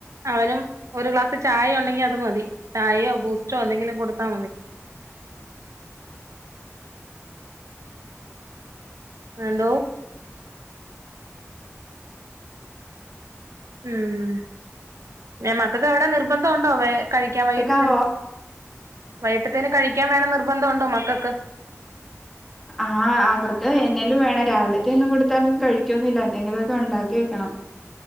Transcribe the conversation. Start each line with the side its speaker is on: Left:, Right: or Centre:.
Right: അവനും ഒരു ഗ്ലാസ് ചായ ഉണ്ടെങ്കി അത് മതി. ചായയോ ബൂസ്റ്റോ എന്തെങ്കിലും കൊടുത്താ മതി. എന്തോ ഉം പിന്നെ മക്കക്ക് അവിടെ നിർബന്ധം ഉണ്ടോ വേ കഴിക്കാൻ വൈകിട്ടത്തിന്
Centre: കേക്കാവോ
Right: വൈകിട്ടത്തേന് കഴിക്കാൻ വേറെ നിർബന്ധംണ്ടോ മക്കക്ക്
Centre: ആ അവർക്ക് എന്നേലും വേണം രാവിലത്തെ ഒന്നും കൊടുത്താലൊന്നും കഴിക്കോന്നുമില്ല എന്തെങ്കിലു ഒക്കെ ഉണ്ടാക്കി വെക്കണം